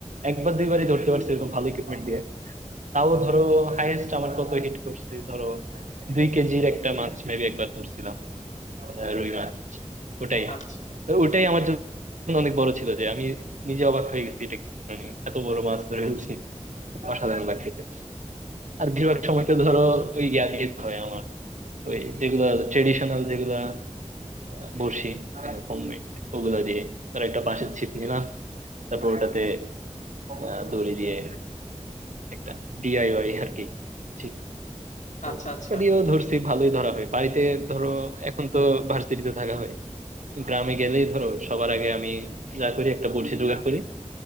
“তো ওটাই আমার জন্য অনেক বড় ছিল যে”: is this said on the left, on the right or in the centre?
Right